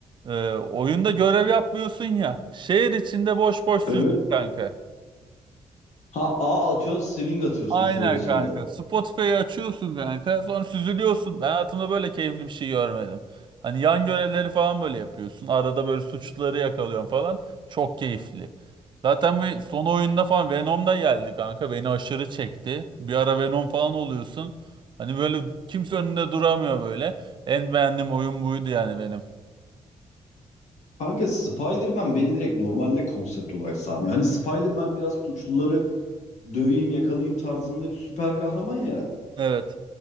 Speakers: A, on the right; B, on the left.
A: e, oyunda görev yapmıyorsun ya şehir içinde boş boş süzül
B: evet.
A: kanka.
B: Ha A atıyorsun swing atıyorsun
A: Aynen
B: şehir içinde.
A: kanka Spotify'ı açıyorsun kanka sonra süzülüyorsun. Ben hayatımda böyle keyifli bir şey görmedim. Hani yan görevleri falan böyle yapıyorsun arada böyle suçluları yakalıyorsun falan çok keyifli. Zaten bir son oyunda falan Venom da geldi kanka. Beni aşırı çekti. Bir ara Venom falan oluyorsun. Hani böyle kimse önünde duramıyor böyle. En beğendiğim oyun buydu yani benim.
B: Kanka Spider-Man beni direkt normalde konsept olarak sarmıyor. Hani Spider-Man biraz suçluları döveyim yakalayayım tarzında bir süper kahraman ya.
A: Evet.